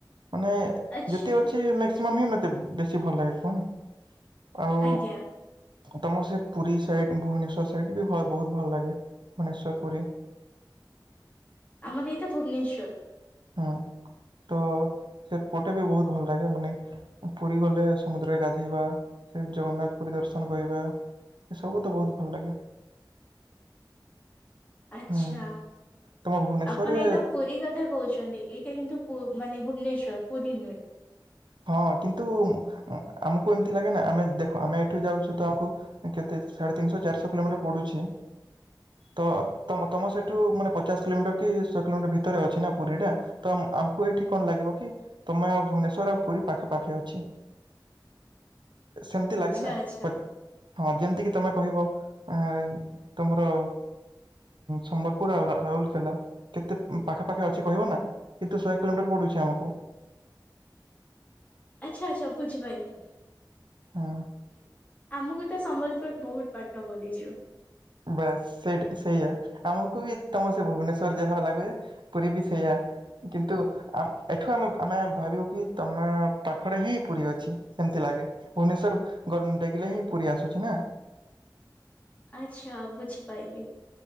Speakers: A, on the right (about 75°); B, on the left (about 20°).
A: ମାନେ
B: ଆଚ୍ଛା।
A: ଯେତେ ଅଛି ମ୍ୟାକ୍ସିମମ୍ ହିଁ ମତେ ବେଶୀ ଭଲ୍ ଲାଗେ <unintelligible> ଆଉ
B: ଆଜ୍ଞା
A: ତମର ସେ ପୁରୀ ସାଇଟ୍ ଭୁବନେଶ୍ଵର ସାଇଟ୍ ବି ବହୁତ୍ ଭଲ ଲାଗେ ଭୁବନେଶ୍ଵର ପୁରୀ।
B: ଆମର ଏଇତା ଭୁବନେଶ୍ୱର୍।
A: ଉଁ ତ ସେପଟେ ବି ବହୁତ୍ ଭଲ୍ ଲାଗେ ମାନେ ପୁରୀ ଗଲେ ସମୁଦ୍ରରେ ଗାଧେଇବା <unintelligible> ଜଗନ୍ନାଥ ପୁରୀ ଦର୍ଶନ କରିବା। ଏସବୁ ତ ବହୁତ୍ ଭଲ ଲାଗେ।
B: ଆଚ୍ଛା
A: ହୁଁ ତମ ଭୁବନେଶ୍ଵରରେ
B: ଆପଣ ଏଇତା ପୁରୀ କଥା କହୁଚନ୍ତି ଏଇଟା କିନ୍ତୁ ପୁ ମାନେ ଭୁବନେଶ୍ଵର ପୁରୀ ନୁହେଁ।
A: ହଁ କିନ୍ତୁ ଆମ୍କୁ ଏମ୍ତି ଲାଗେ ନା ଆମେ ଦେଖ ଆମେ ଏଠୁ ଯାଉଚୁ ତ ଆମକୁ କେତେ ସାଢ଼େ ତିନିଶହ ଚାରିଶହ କିଲୋମିଟର ପଡୁଛି ତ ତମ-ତମ ସେଠୁ ମାନେ ପଚାଶ କିଲୋମିଟର କି ଶହେ କିଲୋମିଟର ଭିତରେ ଅଛି ନା ପୁରୀଟା। ତ ଆମକୁ ଏଇଠି କଣ ଲାଗିବ କି ତମେ ଆଉ ଭୁବନେଶ୍ଵର ପୁରୀ ପାଖାପାଖି ଅଛି ସେମ୍ତି
B: ଆଚ୍ଛା
A: ଲାଗେ ନା
B: ଆଚ୍ଛା
A: <unintelligible> ହଁ ଯେମ୍ତି କିି ତମେ କହିବ ଆଁ ତମର ସମ୍ବଲପୁର ଆଉ ରାଉଲକେଲା କେତେ ପାଖାପାଖି ଅଛି କହିବ ନା? କିନ୍ତୁ ଶହେ କିଲୋମିଟର ପଡୁଚି ଆମକୁ।
B: ଆଚ୍ଛା-ଆଚ୍ଛା ବୁଝିପାଇଲି।
A: ହୁଁ।
B: ଆମୁକୁ ତ ସମ୍ବଲପୁର ବହୁତ୍ ବାଟ ପଡିଯିବ।
A: ବାସ୍ ସେଟା ସେଇଆ ଆମକୁ ବି ତମ ସେ ଭୁବନେଶ୍ଵର ଯାହା <unintelligible> ପୁରୀ ବି ସେଇଆ, କିନ୍ତୁ ଆମ୍ ଏଠୁ ଆମେ-ଆମେ ଭାବିବୁ କି ତମ ପାଖରେ ହିଁ ପୁରୀ ଅଛି ସେମ୍ତି ଲାଗେ। ଭୁବନେଶ୍ଵର <unintelligible> ହିଁ ପୁରୀ ଆସୁଚି ନା।
B: ଆଚ୍ଛା ବୁଝିପାଇଲି।